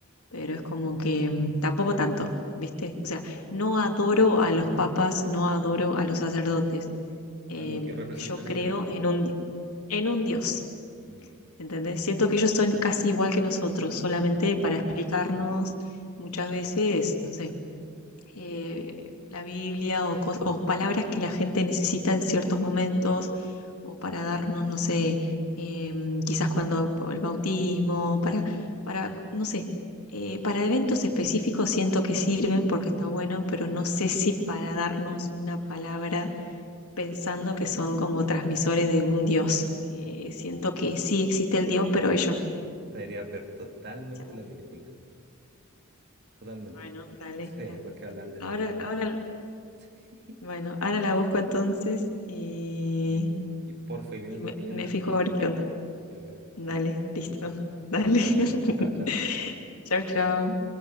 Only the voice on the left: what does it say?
pero es como que mm, tampoco tanto, ¿viste? O sea, no adoro a los papas, no adoro a los sacerdotes. Em,
yo creo
en
un, di- en un Dios,
¿entendés? Siento que ellos son casi igual que nosotros, solamente para explicarnos muchas veces, no sé eh, la Biblia o, cos- o palabras que la gente necesita en ciertos momentos o para darnos, no sé, eh, quizás cuando el bautismo, para, para, no sé, eh, para eventos específicos siento que sirven porque está bueno, pero no sé si para darnos una palabra pensando que son como transmisores de un Dios, que
siento que sí existe el Dios, pero ellos,
ya,
bueno, dale.
la-
Ahora,
ahora,
bueno, ahora la busco entonces y,
Y
me,
me
fijo a ver qué onda.
Dale,
listo. <laughs> Dale.
<laughs>
Chao, chao.